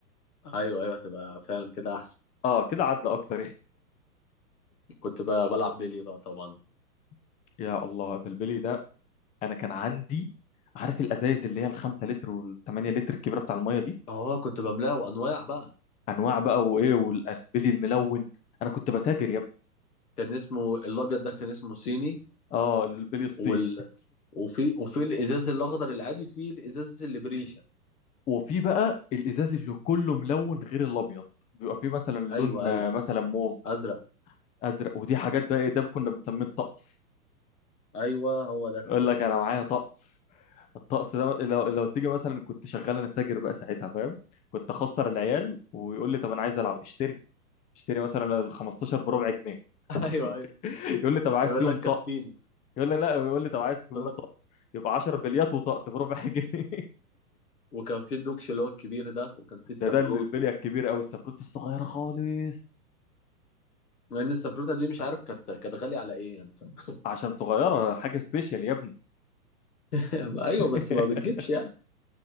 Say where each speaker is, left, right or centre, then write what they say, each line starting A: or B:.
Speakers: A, on the left; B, on the left.
A: ايوه ايوه هتبقى فعلا كده احسن
B: اه كده عدل اكتر
A: كنت بقى بلعب بيلي بقى طبعا
B: <laughs> يا الله ده البلي ده انا كان عندي عارف الازايز اللي هي الخمسة لتر والثمانية لتر الكبيره بتاع الميه دي
A: اه كنت بملاه انواع بقى
B: انواع بقى وايه والبلي الملون انا كنت بتاجر يا ابني
A: كان اسمه الابيض ده كان اسمه صيني
B: اه البلي الصين
A: وال... وفي وفي الازاز الاخضر العادي في الازاز اللي بريشه
B: وفي بقى الازاز اللي كله ملون غير الابيض بيبقى فيه مثلا لون
A: ايوه
B: آه،
A: ايوه
B: مثلا موف
A: ازرق
B: ازرق ودي حاجات بقى ايه ده كنا بنسميه الطقس
A: ايوه هو ده
B: يقول لك انا معايا طقس الطقس ده لو لو تيجي مثلا كنت شغال انا تاجر بقى ساعتها فاهم كنت اخسر العيال ويقول لي طب انا عايز العب اشتري اشتري مثلا ال 15 بربع جنيه
A: <laughs> ايوه ايوه
B: <laughs> يقول لي طب عايز
A: يقول
B: فيهم
A: لك كفيني
B: طقس يقول لي لا يقول لي طب عايز فيهم
A: يقول لك
B: طقس يبقى 10 بليات وطقس بربع <laughs> جنيه
A: وكان في الدوكش اللي هو الكبير ده وكان في السفروت
B: ده ده البليه الكبيره قوي السفروت الصغيره خالص
A: مع ان السفروته دي مش عارف كانت كانت غاليه على ايه يعني فاهم
B: عشان صغيره حاجه سبيشال يا ابني
A: <laughs> ايوه
B: <laughs>
A: بس ما بتجيبش يعني